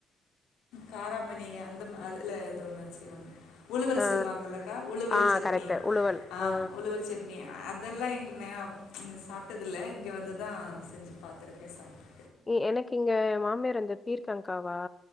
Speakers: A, on the left; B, on the left.
A: காராமணி அந்த அதுல எது ஒண்ணு செய்வாங்க. உழுவல்
B: அ
A: சொல்லுவாங்களக்கா உழுவல்
B: ஆ
A: சட்னி
B: கரெக்ட்டு உழுவல்
A: ஆஹ
B: ஆ
A: உழுவல் சட்னி அது. இதெல்லா எங்கல்ல சாப்பிட்டதுல்ல. இங்கே வந்துதா செஞ்சு பாத்துருக்கே சாப்பிட்டு.
B: எ எனக்கு இங்க மாமியார் அந்த பீர்கக்கங்காவா.